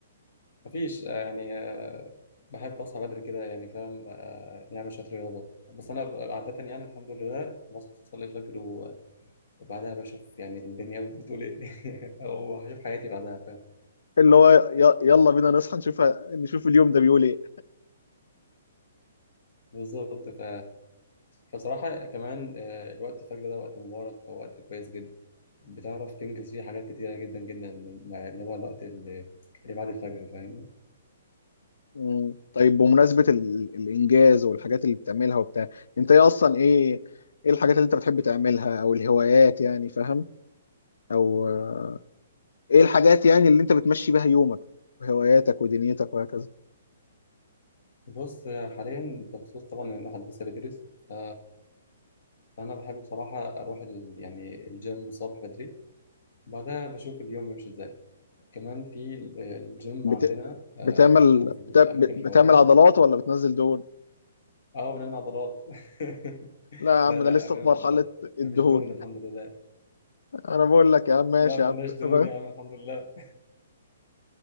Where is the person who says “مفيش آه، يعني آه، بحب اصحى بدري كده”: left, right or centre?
Left